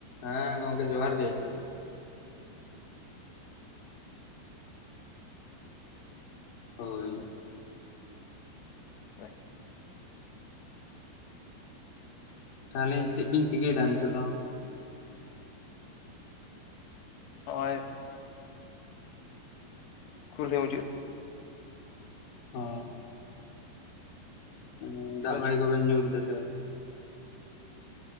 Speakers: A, on the left; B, on the left.
A: ᱦᱮᱸ ᱜᱚᱝᱠᱮ ᱡᱚᱦᱟᱨ ᱜᱮ ᱦᱳᱭ
B: ᱦᱟᱯᱮ
A: ᱛᱟᱦᱚᱞᱮ ᱪᱮᱜ ᱵᱤᱱ ᱪᱤᱠᱟᱹᱭᱫᱟ ᱱᱤᱛᱚᱜ ᱫᱚ?
B: ᱦᱚᱜᱼᱚᱭ ᱠᱩᱞᱦᱤ ᱢᱩᱪᱟᱹᱫ
A: ᱚ ᱢᱟᱱᱮ
B: ᱪᱮᱫ
A: ᱫᱟᱜ
B: ᱵᱮᱱ
A: ᱢᱟᱹᱲᱤ ᱠᱚᱵᱮᱱ ᱧᱩ ᱠᱤᱫᱟ ᱥᱮ ᱟᱹᱣᱨᱤ